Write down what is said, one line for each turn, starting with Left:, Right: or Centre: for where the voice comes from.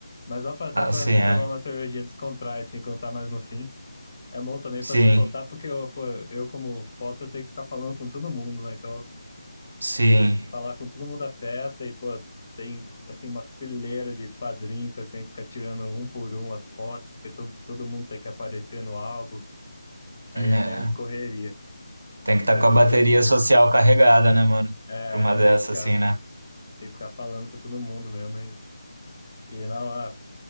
Left: Mas dá pra, até
Right: Ah,
Left: pra
Right: sim, é.
Left: tomar uma cervejinha, descontrar, assim, quando tá mais no fim. É bom também
Right: Sim,
Left: pra se soltar, porque eu, pô, eu como foto, eu tenho que ficar falando com todo mundo, né? Então
Right: sim.
Left: ter que falar com todo mundo da festa e, pô, tem, assim, uma fileira de padrinho que eu tenho que ficar tirando um por um as fotos, porque to, todo mundo tem que aparecer no álbum. Aí
Right: É.
Left: é meio correria,
Right: Tem que
Left: mas
Right: estar com
Left: tem,
Right: a bateria
Left: que-
Right: social carregada, né, mano?
Left: é,
Right: Pra uma dessa,
Left: tem que ficar,
Right: assim,
Left: tem que ficar falando com todo mundo mesmo e, e não, é,